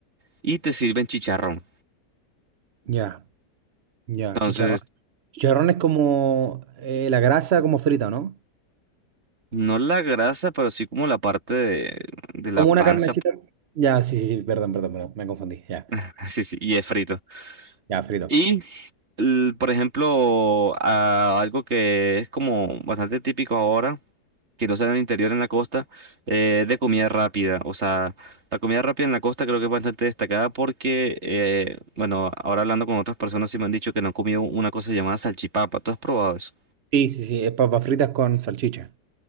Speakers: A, on the right; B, on the right.
A: y te sirven chicharrón.
B: ya, ya,
A: Entonces,
B: chicharrón. Chicharrón es como eh, la grasa como frita, ¿no?
A: no la grasa, pero sí como la parte de, de la
B: Como
A: panza.
B: una carnecita. Ya, sí, sí, sí, perdón, perdón, perdón, me confundí, ya.
A: <laughs> Sí, sí, y es frito.
B: Ya, frito.
A: Y, l- por ejemplo, a- algo que es como bastante típico ahora. que lo usan en el interior, en la costa, eh, de comida rápida. O sea, la comida rápida en la costa creo que es bastante destacada porque, eh, bueno, ahora hablando con otras personas sí me han dicho que no han comido una cosa llamada salchipapa. ¿Tú has probado eso?
B: Sí, sí, sí, es papas fritas con salchicha.